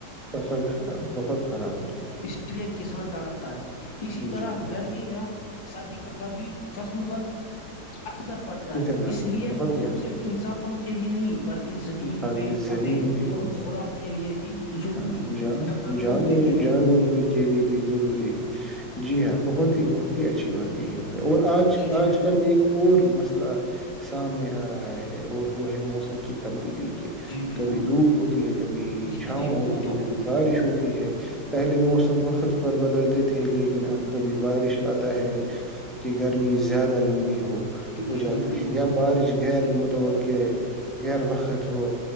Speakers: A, in the centre; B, on the left.
A: فصل خراب بہت خراب ہوتی ہے
B: اس لیے کسان تڑپتا ہے اسی طرح
A: جی
B: گرمی
A: جی
B: یا سردی کا بھی فسم پر اچ اثر پڑتا
A: اتنا
B: ہے اس لیے
A: بہت
B: موسم
A: ہی اثر
B: صرف انسانوں کے لیے نہیں بلکہ زمین
A: بلکہ
B: پیڑ پودے
A: زمین کے لیے
B: اور خوراک کے لیے بھی ضروری
A: ہاں
B: ہے جانوروں
A: جانور
B: کے لیے بھی
A: جانوروں
B: ضروری ہے
A: کے لیے بھی ضروری ہے جی ہاں بہت ہی بہت ہی اچھی بات کہی ہوگ ہے اور آج
B: جی جی
A: آج
B: بالکل
A: کل ایک اور مسئلہ سامنے آ رہا ہے اور وہ ہے موسم ک <unintelligible> تبدیلی <unintelligible>
B: جی بالکل
A: کبھی دھوپ ہوتی ہے کبھی
B: جی
A: چھاؤں
B: جی
A: ہوتی
B: وہ تو
A: ہے کبھی بارش
B: روز ہوتا
A: ہوتی ہے پہلے موسم <unintelligible> تو وقت پر بدلتے تھے لیکن اب کبھی بارش آتا ہے کہ گرمی زیادہ لمبی ہو <unintelligible>
B: جی
A: ہو جاتی
B: جی بالکل
A: ہے یا بارش <unintelligible> غیر متبک <unintelligible> غیر وقت ہو